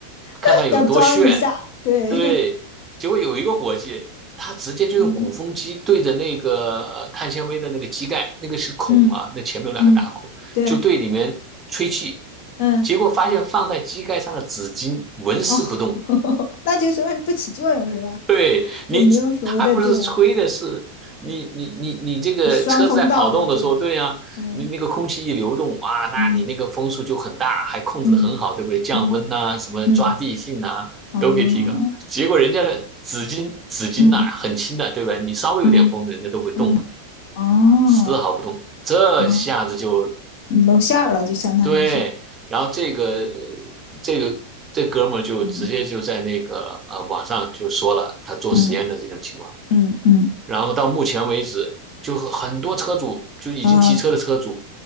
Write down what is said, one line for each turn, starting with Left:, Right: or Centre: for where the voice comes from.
Right: 看看有多炫。
Left: <laughs> 要装一下，对，
Right: 对，结果有一个伙计，他直接就用鼓风机对着那个呃碳纤维的那个机盖，
Left: <laughs> 嗯
Right: 那个是孔啊，
Left: 嗯
Right: 那前面有两个大孔，
Left: 嗯，对，
Right: 就对里面吹气，
Left: 嗯
Right: 结果发现放在机盖上的纸巾纹丝不动，
Left: 哦，<laughs> 那就说明不起作用是吧？
Right: 对你，
Left: <laughs> 就没有所谓的这种
Right: 他不是吹的是你你你你这个车子在跑动的时候，
Left: 双风道的这种，
Right: 对呀、
Left: 嗯
Right: 你那个空气一流动啊，那你那个风速就很大，
Left: 嗯
Right: 还控制的很好，
Left: 嗯
Right: 对不对？降温呐、
Left: 嗯
Right: 什么抓地性呐、
Left: 嗯，哦，
Right: 都可以提高。结果人家的纸巾纸巾呐、
Left: 嗯
Right: 很轻的，对吧？你稍微有点风，
Left: 嗯
Right: 人家都会动嘛，
Left: 嗯，哦
Right: 丝毫不动。这下子就
Left: 哦，露馅儿了，就相当于是，
Right: 对，然后这个这个这哥们儿就直接就在那个呃网上就说了他做实验的这种情况。
Left: 嗯嗯嗯嗯，
Right: 然后到目前为止，就很多车主就已经提车的车主
Left: 啊。